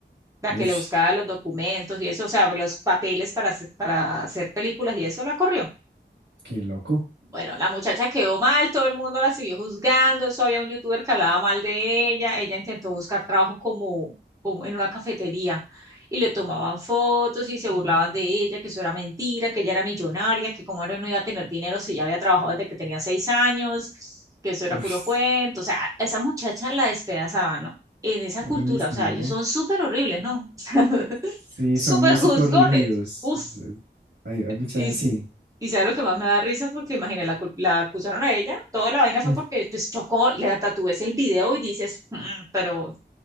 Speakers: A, on the right; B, on the right.
A: la
B: Uf,
A: que le buscaba los documentos y eso, o sea, los papeles para hacer, para hacer películas y eso la corrió.
B: qué loco.
A: Bueno, la muchacha quedó mal, todo el mundo la siguió juzgando, eso había un youtuber que hablaba mal de ella, ella intentó buscar trabajo como, como en una cafetería y le tomaban fotos y se burlaban de ella, que eso era mentira, que ella era millonaria, que como era no iba a tener dinero si ya había trabajado desde que tenía seis años, que eso era
B: Uf,
A: puro cuento, o sea, a esa muchacha la despedazaban, ¿no? En esa
B: uy,
A: cultura, o sea,
B: no.
A: ellos son súper horribles, ¿no? <laughs>
B: Sí,
A: Súper
B: son muy psicorrígidos.
A: juzgones. Uf,
B: O sea, Hay, hay mucha,
A: y, s-
B: sí.
A: y sabe lo que más me da risa, porque imagina, la, cul- la acusaron a ella, toda la vaina fue
B: Mm,
A: porque pues chocó, le tatúes el video y dices, "Mm, pero